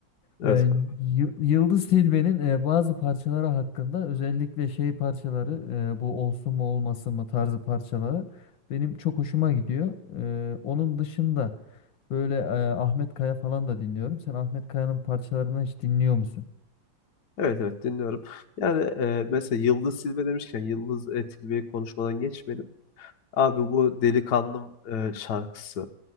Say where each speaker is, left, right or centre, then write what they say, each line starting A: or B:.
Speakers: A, on the left; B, on the left.
A: Evet
B: E,
A: kanka.
B: Yı- Yıldız Tilbe'nin e, bazı parçaları hakkında özellikle şey parçaları e, bu olsun mu olmasın mı tarzı parçaları benim çok hoşuma gidiyor. E, onun dışında böyle e, Ahmet Kaya falan da dinliyorum. Sen Ahmet Kaya'nın parçalarını hiç dinliyor musun?
A: Evet evet dinliyorum. Yani e, mesela Yıldız Tilbe demişken Yıldız e, Tilbe'yi konuşmadan geçmeyelim. Abi bu Delikanlım e, şarkısı.